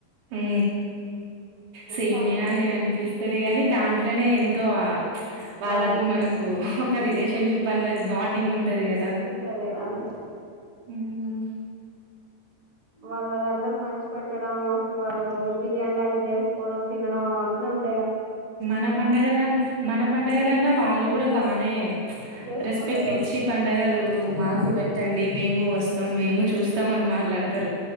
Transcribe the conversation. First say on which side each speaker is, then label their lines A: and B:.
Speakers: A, on the right; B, on the right.
A: ఉ సేమ్యని
B: ఫ్యాక్టరీ
A: అనిపిస్తుది గాని దాంట్ ఇట్లానే ఎంతో ఆ <unintelligible> వాళ్ళకు
B: వాళ్ళ
A: మనకు క్క రిలేషన్ ఫ్రెండ్షిప్ అన్నది బాండింగ్ ఉంటది కదా.
B: ఉంటది అది
A: ఉమ్
B: వాళ్ళు అది అందరు పంచి పెట్టడం, అసలు వాళ్ళు బిర్యానీ లాంటివి చేసుకోవడం తినడం అవన్నీ ఉంటా.
A: మన పండగల మన పండగలన్నా
B: ఉమ్,
A: వాళ్ళు, కూడ బానే
B: చేసుకుంటారు
A: రెస్పెక్ట్ ఇచ్చి పండగలు మాకు పెట్ ట్టండి మేము వస్తం, మేము చూస్తం అని మాట్లాడతరు.